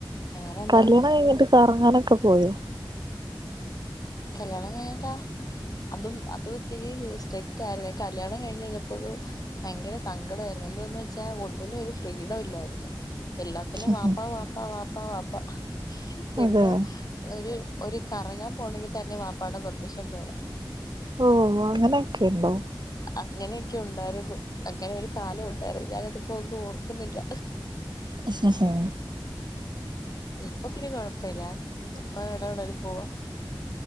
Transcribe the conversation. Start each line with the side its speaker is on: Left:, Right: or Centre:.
Left: വേറെ എന്തോ
Right: കല്യാണം
Left: ഉണ്ട്
Right: കഴിഞ്ഞിട്ട് കറങ്ങാനൊക്കെ പോയോ
Left: കല്യാണം കഴിഞ്ഞിട്ടാ അതും അത് ഇത്തിരി സ്ട്രിക്റ്റായിരുന്നേ കല്യാണം കഴിഞ്ഞ്ഞ്ഞയിഞ്ഞപ്പളും ഭയങ്കര സങ്കടായിരുന്നു എന്ത്‌ന്ന് വെച്ചാ ഒന്നിനൊരു ഫ്രീഡം ഇല്ലായിരുന്നു എല്ലാത്തിനും
Right: ഉം
Left: വാപ്പാ വാപ്പാ വാപ്പാ വാപ്പാ ഇന്ന്
Right: അതെ
Left: ഒര് ഒര് കറങ്ങാൻ പോണേങ്കി തന്നെ വാപ്പാടെ പെർമിഷൻ വേണം
Right: ഓഹ് അങ്ങനെയൊക്കെണ്ടോ
Left: അങ്ങനെയൊക്കെ ഉണ്ടായിരുന്നു അങ്ങനെ ഒരു കാലം ഉണ്ടായിരുന്നു ഞാനതിപ്പോ ഒന്നും ഓർക്കുന്നില്ല
Right: അ അ.
Left: ഇപ്പൊ പിന്നെ കൊഴപ്പില്ല ഇപ്പൊ എവിടനേലുംപോവാ.